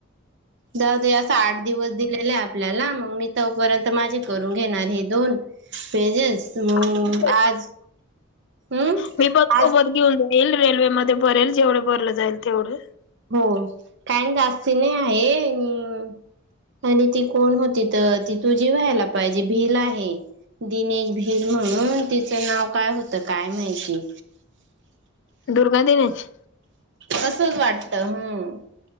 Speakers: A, on the right (about 60°); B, on the left (about 60°).
A: जाऊ, दे, असा आठ दिवस दिलेला आहे. आपल्याला, मग, मी तोपर्यंत, माझे करून घेणार हे, दोन, पेजेस, मग,
B: खूप
A: आज, हम्म
B: मी, बघ सोबत
A: आज
B: घेऊन जाईल. रेल्वेमध्येध्ये, भरेल, जेवढे भरलं जाईल, तेवढे,
A: हो, काय जास्ती, नाही आहे. आणि आणि ती कोण होती. तर ती तुझी व्हायला पाहिजे. भिल आहे. दिनेश, भीर म्हणून, तिचं नाव काय होतं, काय माहिती,
B: दुर्गा दिनेच.
A: असंच, वाटत हम्म.